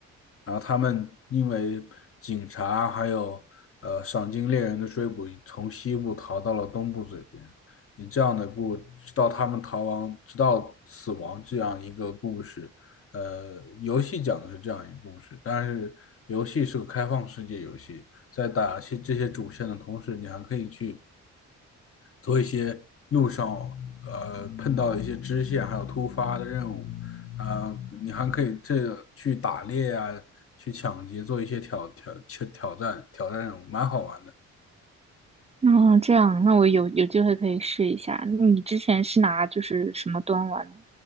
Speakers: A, on the left (about 45°); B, on the right (about 20°).
A: 然后他们因为警察还有呃赏金猎人的追捕，从西部逃到了东部这边，以这样的故，直到他们逃亡，直到死亡这样一个故事，呃，游戏讲的是这样一个故事，但是游戏是个开放世界游戏，在打些这些主线的同时，你还可以去做一些路上呃碰到的一些支线，还有突发的任务啊、你还可以这去打猎啊，去抢劫，做一些挑挑挑挑战挑战任务，蛮好玩的。
B: 哦，这样？那我有有机会可以试一下。那你之前是拿就是什么端玩的？